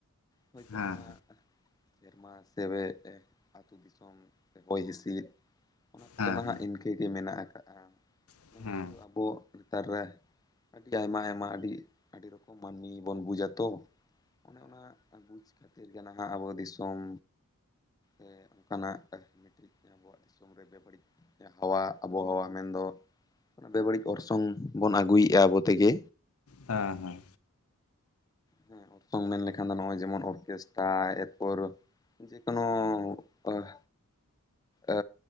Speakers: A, on the left; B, on the left.
A: ᱦᱳᱭᱛᱳ
B: ᱦᱮᱸ
A: ᱱᱚᱣᱟᱸᱜ ᱥᱮᱨᱢᱟ ᱥᱮᱵᱮᱜᱼᱮ ᱟᱹᱛᱩ ᱫᱤ- ᱥᱚᱢ ᱪᱮ ᱦᱚᱭ ᱦᱤᱸᱥᱤᱫ ᱚᱱᱟ ᱠᱚᱫᱚ
B: ᱦᱮᱸ
A: ᱱᱷᱟᱸᱜ ᱤᱱᱠᱟᱹ ᱜᱮ ᱢᱮᱱᱟᱜ ᱟᱠᱟᱜ-ᱟ,
B: ᱦᱮᱸ
A: ᱢᱮᱱᱫᱚ ᱥᱩᱫᱩ ᱟᱵᱚᱜ ᱱᱮᱛᱟᱨ ᱨᱮ, ᱟᱹᱰᱤ ᱟᱭᱢᱟ ᱟᱭᱢᱟ ᱟᱹᱰᱤᱜ, ᱟᱹᱰᱤ ᱨᱚᱠᱚᱢ ᱢᱟᱹᱱᱢᱤ ᱵᱚᱱ ᱵᱩᱡᱽᱼᱟ ᱛᱚ, ᱚᱱᱟ ᱚᱱᱮ ᱚᱱᱟᱜ ᱵᱩᱡᱽ ᱠᱷᱟᱹᱛᱤᱨ ᱜᱮ ᱱᱷᱟᱸᱜ ᱟᱵᱚ ᱫᱤᱥᱚᱢ, ᱮᱸ ᱚᱱᱠᱟᱱᱟᱜᱼᱟ ᱢᱤᱫ ᱴᱤᱡ ᱟᱵᱚᱣᱟᱜ ᱫᱤᱥᱚᱢ ᱨᱮ ᱵᱮᱵᱟᱹᱲᱤᱡ <inaudible> ᱦᱟᱣᱟ ᱟᱵᱚᱦᱚ ᱢᱮᱱᱫᱚ ᱚᱱᱟ ᱟᱹᱰᱤ ᱵᱟᱹᱲᱤᱡ ᱚᱨᱥᱚᱝ ᱵᱚᱱ ᱟᱹᱜᱩᱭᱮᱜ-ᱟ ᱟᱵᱚ ᱛᱮᱜᱮ,
B: ᱦᱟᱸ ᱦᱟᱸ,
A: ᱦᱮᱸ ᱚᱨᱥᱚᱝ ᱢᱮᱱ ᱞᱮᱠᱷᱟᱱ ᱫᱚ ᱱᱚᱜ-ᱚᱭ ᱡᱮᱢᱚᱱ ᱚᱨᱠᱮᱥᱴᱟ ᱮᱯᱚᱨ, ᱡᱮ ᱠᱳᱱᱳ ᱚᱦ, ᱮᱻ